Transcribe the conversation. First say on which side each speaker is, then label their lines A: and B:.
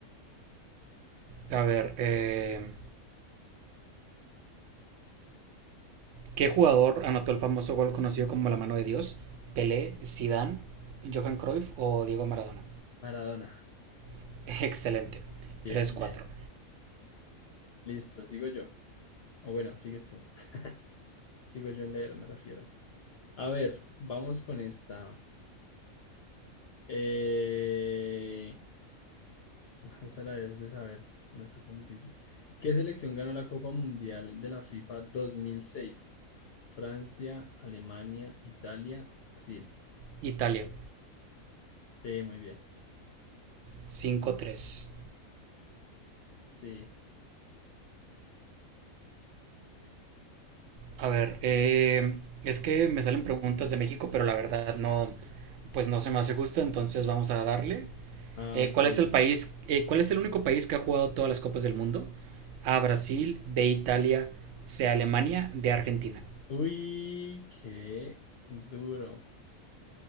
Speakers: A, on the right (about 70°); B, on the left (about 60°).
A: A ver, eh, ¿qué jugador anotó el famoso gol conocido como la mano de Dios? ¿Pelé, Zidane, Johan Cruyff o Diego Maradona?
B: Maradona.
A: <laughs> Excelente.
B: Bien,
A: Tres cuatro.
B: bien. Listo, sigo yo. O bueno, sigues tú. <laughs> Sigo yo en leer, me refiero. A ver, vamos con esta. Eh, Esta la debes de saber, no está tan difícil. ¿Qué selección ganó la Copa Mundial de la FIFA 2006? Francia, Alemania, Italia, Brasil.
A: Italia.
B: Sí, muy bien.
A: Cinco tres.
B: Sí.
A: A ver, eh, es que me salen preguntas de México, pero la verdad no, pues no se me hace justo, entonces vamos a darle.
B: Ah,
A: Eh,
B: ok.
A: ¿Cuál es el país? eh, ¿Cuál es el único país que ha jugado todas las copas del mundo? A Brasil, B Italia, C Alemania, D Argentina.
B: Uy, qué duro.